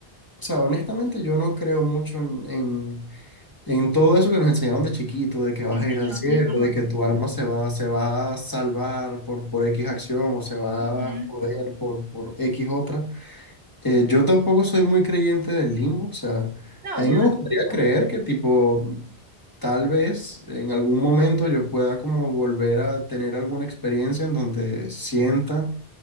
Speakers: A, on the left; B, on the right.
A: o sea, honestamente, yo no creo mucho en, en En todo eso que nos enseñaron de chiquito, de que vas
B: sí señor,
A: a ir al cielo,
B: ni yo.
A: de que
B: ni
A: tu
B: yo.
A: alma se va, se va a salvar por, por X acción o se va
B: Ujú.
A: a joder por, por X otra. Eh, yo tampoco soy muy creyente del limbo, o sea,
B: No,
A: a mí
B: yo
A: me gustaría
B: tampoco.
A: creer que tipo, tal vez en algún momento yo pueda como volver a tener alguna experiencia en donde sienta